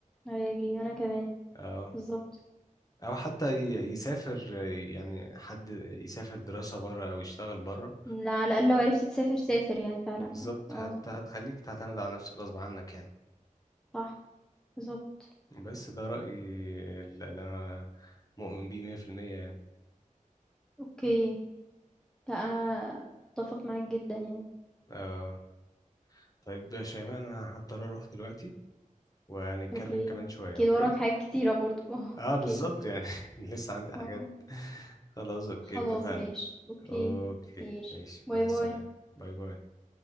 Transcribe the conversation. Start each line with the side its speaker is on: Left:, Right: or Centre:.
Centre: أيوة يجري أنا كمان
Left: أه
Centre: بالظبط
Left: أو حتى ي- يسافر يعني حد يسافر دراسة بره أو يشتغل بره
Centre: لا، على الأقل لو عرفت تسافر سافر يعني فعلا
Left: بالظبط
Centre: اه
Left: حتى هتخليك تعتمد على نفسك غصب عنك يعني
Centre: صح بالظبط
Left: بس ده رأيي اللي اللي أنا مؤمن بيه 100% يعني
Centre: اوكي لا أنا أتفق معاك جدا يعني
Left: آه طيب يا شيماء أنا هضطر أروح دلوقتي وهنتكلم
Centre: اوكي
Left: كمان شوية
Centre: أكيد
Left: أوكي
Centre: وراك حاجات كتيرة برضو <laughs> اه
Left: آه
Centre: اوكي
Left: بالظبط يعني <laughs> لسه عندي
Centre: اه
Left: حاجات خلاص أوكي
Centre: خلاص
Left: اتفقنا
Centre: ماشي أوكي
Left: أوكي
Centre: ماشي
Left: ماشي
Centre: باي
Left: مع السلامة
Centre: باي
Left: باي باي